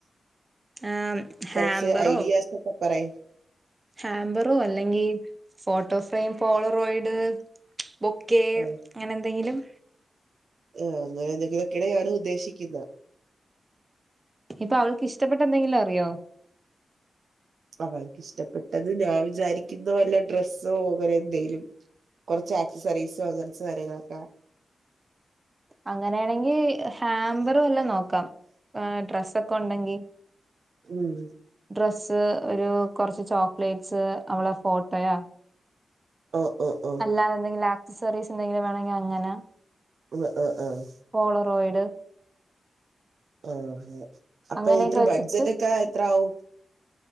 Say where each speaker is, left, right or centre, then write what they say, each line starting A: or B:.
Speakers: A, on the right (about 25°); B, on the right (about 75°).
A: ആഹ് ഹാമ്പറോ
B: കുറച്ച് ഐഡിയാസ് ഒക്കെ പറയു
A: ഹാമ്പറോ അല്ലെങ്കിൽ ഫോട്ടോ ഫ്രെയിം പോളറോയിഡ് ബൊക്കെ
B: ആ,
A: അങ്ങനെ എന്തെങ്കിലും
B: ആഹ് അങ്ങനെ എന്തെങ്കിലുംക്കെണ് ഞാനും ഉദ്ദേശിക്കുന്ന
A: ഇപ്പൊ അവൾക്ക് ഇഷ്ടപ്പെട്ട എന്തെങ്കിലും അറിയോ
B: അവൾക്ക് ഇഷ്ടപ്പെട്ടത് ഞാൻ വിചാരിക്കുന്ന വല്ല ഡ്രസ്സോ അങ്ങനെ എന്തെലും കുറച്ച് ആക്സസറീസോ ങ്ങനത്തെ സാധനങ്ങളൊക്കെ
A: അങ്ങനെയാണെങ്കിൽ ഹാമ്പറും എല്ലാം നോക്കാം ഡ്രസ്സൊക്കെ ഉണ്ടെങ്കിൽ
B: ഉം
A: ഡ്രസ്സ് ഒരു കൊറച്ച് ചോക്ലേറ്റ്സ് അവളെ ഫോട്ടോയാ
B: ഓഹ് ഓഹ്
A: അല്ലാതെന്തെങ്കിലും ആക്സസറീസ് എന്തെങ്കിലും വേണങ്കി അങ്ങനെ
B: ഉവ്വ് അഹ് അഹ്
A: പോളറോയിഡ്
B: ആഹ് അഹ് അപ്പൊ
A: അങ്ങനെയൊക്കെ
B: ഇത്ര
A: വെച്ചിട്ട്
B: ബഡ്ജറ്റ് ഒക്കെ എത്ര ആവും